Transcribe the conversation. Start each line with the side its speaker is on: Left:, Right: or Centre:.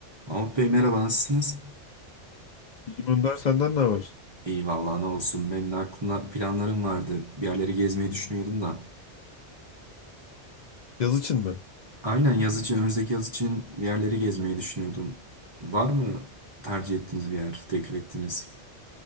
Right: Mahmut Bey merhaba nasılsınız?
Left: İyiyim Önder senden ne haber?
Right: İyi vallahi ne olsun benim de aklımda planlarım vardı. Bir yerleri gezmeyi düşünüyordum da.
Left: Yaz için mi?
Right: Aynen yaz için önümüzdeki yaz için bir yerleri gezmeyi düşünüyordum. Var mı tercih ettiğiniz bir yer, teklif ettiğiniz?